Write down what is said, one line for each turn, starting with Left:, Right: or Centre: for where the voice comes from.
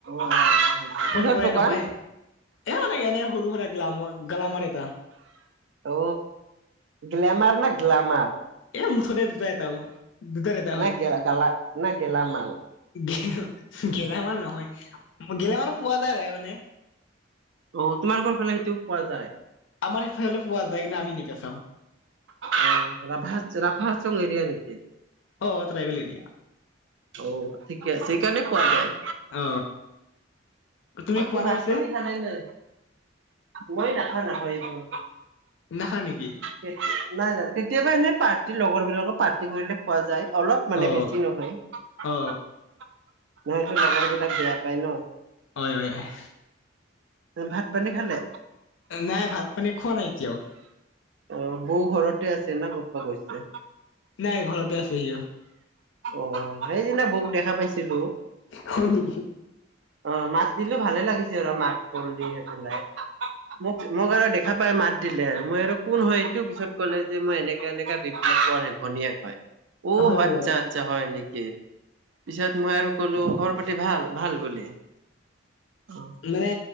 Right: অ
Left: ফোন
Right: কিহৰ
Left: কৰাই
Right: দোকান
Left: নহয়। এ মানকে এনেই সৰু সুৰা গ্লামৰ গ্লেমাৰ এটা
Right: অ গ্লেমাৰ নে গ্লামাৰ
Left: এ মুঠতে দুটা এটাও দুটাৰ এটা হয়
Right: না গালা না গেলামাল
Left: গেল গেলামাল নহয় উ গেলামালত পোৱা যায় আৰু মানে
Right: অ তোমাৰ ঘৰ ফালে সেইটোও পোৱা যায়
Left: আমাৰ সিফালে পোৱা যায় কিনু আমি নেবেচাওঁ
Right: অ ৰাভাছ ৰাভাছ চং এৰিয়া নেকি
Left: অ অ ট্ৰাইবেল এৰিয়া
Right: অ ঠিকে আছে সেইকাৰণে পোৱা যায়
Left: অ তুমি
Right: বাকী
Left: খোৱা না
Right: ভাত
Left: পিছে
Right: পানী খালে নে নাই মই নাখাওঁ নাখাওঁ এইবোৰ
Left: নাখা নেকি
Right: হেইট নাই নাই কেতিয়াবা এনেই পাৰ্টি লগৰ বিলাকৰ পাৰ্টি কৰিলে খোৱা যায় অলপ মানে
Left: অ
Right: বেছি নহয় নহয়তো
Left: অ
Right: লগৰ বিলাক বেয়া পায় ন
Left: অয় অয় অয়
Right: তে ভাত পানী খালে
Left: নাই ভাত পানী খোৱা নাই এতিয়াও।
Right: অ', বৌ ঘৰতে আছে না, ক'তবা গৈছে?
Left: নাই ঘৰতে আছে সিও।
Right: অ', সেইদিনানা বৌক দেখা পাইছিলো।
Left: হয় নেকি?
Right: অ', মাত দিলো ভালে লাগিছে আৰু মাত-বোল দি সেই পেলাই। মোক মো মোক আৰু দেখা পাই মাত দিলে আৰু মই আৰু কোন হয় এইটো পিছত ক'লে যে মই এনেকে এনেকে বিপ্লৱ <unintelligible> ঘনীয়েক হয়, ঔ
Left: হয় হয়
Right: আচ্ছা
Left: হয়
Right: আচ্ছা হয় নেকি, পিছত মই আৰু ক'লো খবৰ-পাতি ভাল ভাল বুলি। অহ।
Left: মানে